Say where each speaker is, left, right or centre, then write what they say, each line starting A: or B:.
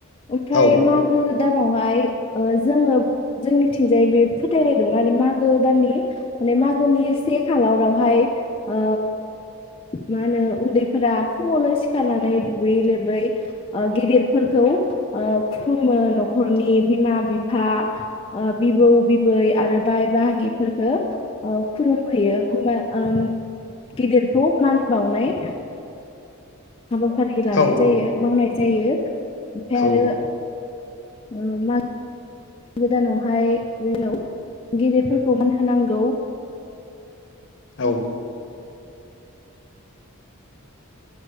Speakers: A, on the left (about 25°); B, on the left (about 55°).
A: ओमफ्राय
B: औ
A: मागो दानावहाय ओ जोङो जोंनिथिंजाय बे फोथायनाय दं आरो मागो दाननि माने मागोनि से खालारावहाय ओ मा होनो उन्दैफोरा फुङावनो सिखारनानै दुगै लोबै ओ गिदिरफोरखौ ओ खुलुमो न'खरनि बिमा बिफा ओ बिबौ बिबै आरो बाय बाहागिफोरखौ ओ खुलुमहैयो ओमबा ओम गिदिरखौ मान बावनाय हाबाफारि लानाय
B: औ
A: जायो
B: औ
A: मावनाय जायो ओमफाय आरो
B: औ
A: औ माग गोदानावहाय <unintelligible> गेदेरफोरखौ मान होनांगौ।
B: <inaudible>